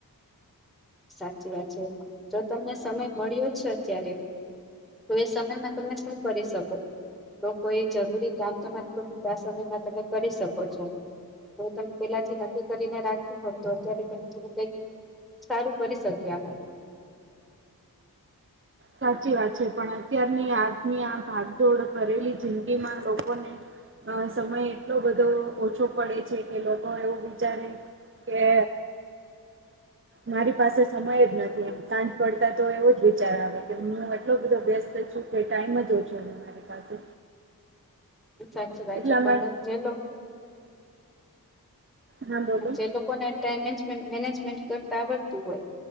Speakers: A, in the centre; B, on the right.
A: સાચી વાત છે જો તમને સમય મળ્યો છે અત્યારે તો એ સમયમાં તમે શું કરી શકો? તો કોઈ જરૂરી કામ તમાર કરવું તો આ સમયમાં તમે કરી શકો છો. તો તમે પહેલાથી નક્કી કરીને રાખ્યું હોત તો અત્યારે તમે થોડું કંઈક સારું કરી શક્યા હોત.
B: સાચી વાત છે. પણ અત્યારની આજની આ ભાગદોડ કરેલી જિંદગીમાં લોકોને અહ સમય એટલો બધો ઓછો પડે છે, કે લોકો એવું વિચારે કે મારી પાસે સમય જ નથી એમ. સાંજ પડતા તો એવો જ વિચાર આવે. કે હું એટલો બધો વ્યસ્ત છું, કે ટાઈમ જ ઓછું <unintelligible> મારી પાસે.
A: સાચી વાત
B: એટલા
A: છે. પણ
B: માટે
A: જે લો
B: હા બોલો
A: જે લોકોને ટાઈમ <unintelligible> મેનેજમેન્ટ કરતા આવડતું હોય